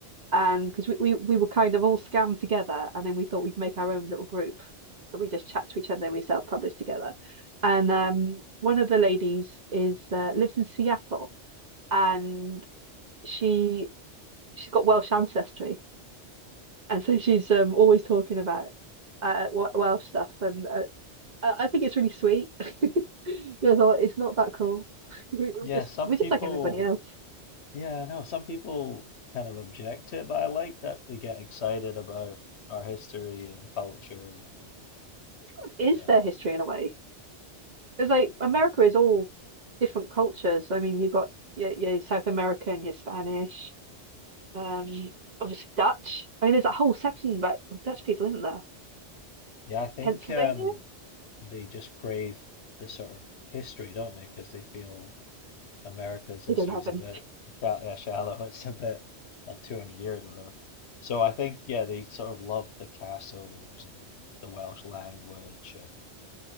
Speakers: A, on the right (about 45°); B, on the left (about 70°).
A: and because we, we we were kind of all scammed together, and then we thought we'd make our own little group, so we just chat to each other and we self-publish together. And um, one of the ladies is uh, lives in Seattle, and she she's got Welsh ancestry, and so she's um always talking about uh, Wel- Welsh stuff and. uh. I, I think it's really sweet. <laughs> You know, though, it's not that cool. <laughs> We- We're
B: Yeah,
A: just
B: some
A: we're
B: people
A: just like everybody else.
B: Yeah, I know some people kind of object to it, but I like that they get excited about our history and culture and
A: What is
B: um
A: their history in a way? It's like America
B: yeah.
A: is all different cultures. I mean, you've got your, your South American, your Spanish, um, obviously Dutch. I mean, there's a whole section about with Dutch people, isn't there?
B: Yeah, I think
A: Pennsylvania?
B: um they just crave the sort of history, don't they? Because they feel America's history
A: They don't have
B: is
A: any.
B: a bit sha yeah, shallow. <laughs> It's a bit uh, 200 years or whatever. So I think yeah, they sort of love the castles and the Welsh language and